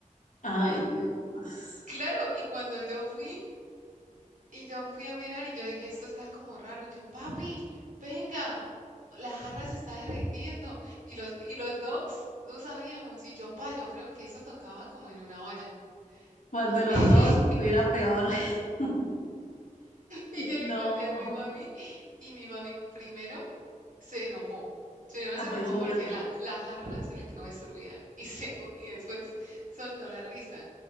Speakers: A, on the left; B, on the right.
A: Ay, Dios.
B: Claro, y cuando yo fui, y yo fui a mirar y yo dije, esto está como raro. Y yo, papi, venga, la jarra se está derritiendo. Y los, y los dos no sabíamos. Y yo, pa, yo creo que eso tocaba como en una olla.
A: ¿Cuál de
B: <laughs>
A: los dos estuviera peor? <laughs>
B: Y yo
A: No,
B: le conté a mi mami y mi mami primero se enojó. Primero
A: ah,
B: se
A: pues
B: enojó
A: obviamente.
B: porque la, la jarra se le quedó destruida <laughs> y, segu- y después soltó la risa.